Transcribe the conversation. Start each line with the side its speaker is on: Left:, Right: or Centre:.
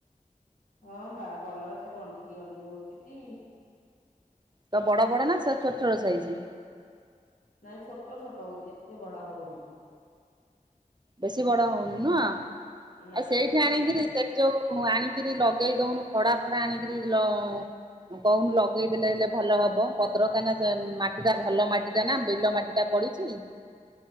Left: ହଁ ବା, କଲରା ସେ ଗଣ୍ଠିକି ଗଣ୍ଠିକି ହଉଚି ଟି।
Right: ତ ବଡ ବଡ ନା, ସେ ଛୋଟ ଛୋଟ ସାଇଜ?
Left: ନାଇଁ ଛୋଟ ଛୋଟ ହଉଛି, ଏତେ ବଡ ହଉନି।
Right: ବେଶୀ ବଡ ହଉନି ନୁଅ,
Left: ନା
Right: ଆଉ ସେଇଠି
Left: ସେ ଛୋଟ
Right: ଆଣିକିରି
Left: ଛୋଟ
Right: ସେଠି ଯୋଉ ଆଣିକିରି ଲଗେଇ ଦଉନୁ, ଖଡା ଫଡା ଆଣିକରି ଲ କହୁନୁ ଲଗେଇଦେଲେ ହେଲେ ଭଲ ହବ, ପତ୍ର କାହିନା, ମାଟି ଟା ଭଲ ମାଟି ଟା ନା, ବିଲ ମାଟି ଟା। ପଡିଚି।